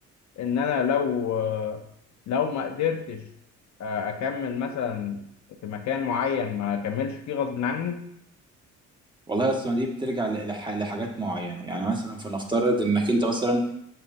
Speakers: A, on the left; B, on the right.
A: ان انا لو لو ما قدرتش آه، اكمل مثلا في مكان معين ما اكملش فيه غصب عني
B: والله اصلا دي بترجع ل- لح- لحاجات معينه يعني مثلا فنفترض انك انت مثلا